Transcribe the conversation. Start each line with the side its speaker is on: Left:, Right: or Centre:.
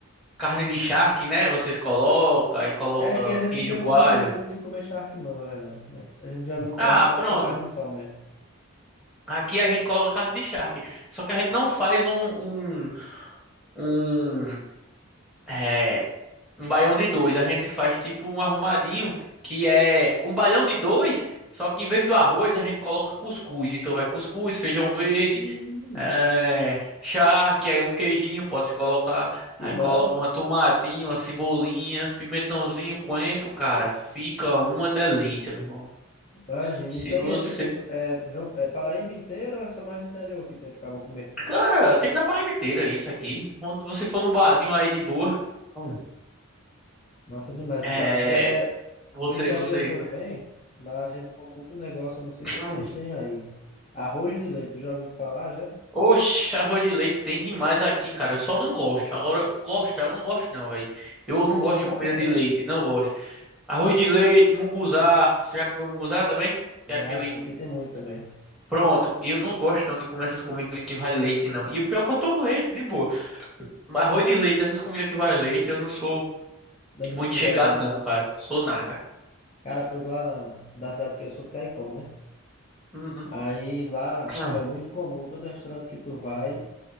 Centre: carne de charque, né, vocês colocam, aí coloca
Left: É que a gente
Centre: queijo
Left: não tem muito
Centre: coalho.
Left: costume de comer charque, não, na verdade. Mas a gente geralmente coloca,
Centre: Ah,
Left: acho
Centre: pronto.
Left: que é carne de sol mesmo.
Centre: Aqui a gente coloca carne de charque. Só que a gente não faz um, um, um, é, um baião de dois. A gente faz tipo um arrumadinho, que é um baião de dois, só que em vez do arroz a gente coloca cuscuz. Então vai cuscuz, feijão verde,
Left: Hum,
Centre: É, charque, aí um queijinho pode se colocar.
Left: Que
Centre: Aí
Left: massa!
Centre: coloca uma tomatinho, uma cebolinha, pimentãozinho, coentro, cara. Fica uma delícia, meu irmão.
Left: Imagina,
Centre: Se
Left: isso aí
Centre: você.
Left: é tipo, é, Jo- é Paraíba inteira ou é só mais no interior que tem pro cabo comer?
Centre: Cara, tem na Paraíba inteira isso aqui. Quando você for num barzinho aí de boa, Hum.
Left: Massa demais.
Centre: é.
Left: Lá, é,
Centre: Você,
Left: do interior
Centre: você.
Left: que eu venho, lá a gente come muito negócio, não sei se
Centre: Hum.
Left: vocês têm aí. Arroz de leite, tu já ouviu falar já?
Centre: Oxe, arroz de leite tem demais aqui, cara. Eu só não gosto. Agora, gostar, eu não gosto, não, velho. Eu
Left: Tu não
Centre: não
Left: gosta
Centre: gosto de
Left: não,
Centre: comida
Left: papo
Centre: de
Left: reto?
Centre: leite, não gosto. Arroz de leite, munguzá. Você já comeu munguzá também?
Left: Já,
Centre: Que é aquele
Left: aqui tem muito também.
Centre: Pronto, eu não gosto não de comer essas comidas que vai leite, não. E o pior é que eu tomo leite, de boa. Mas arroz de leite, essas comidas que vai leite, eu não sou
Left: Não é muito
Centre: muito
Left: chegado
Centre: chegado,
Left: não.
Centre: não, cara. Sou nada.
Left: Cara, pois lá na, da cidade que eu sou de Caicó, né?
Centre: Uhum.
Left: Aí lá, tipo,
Centre: Hum.
Left: é muito comum, todo restaurante que tu vai, o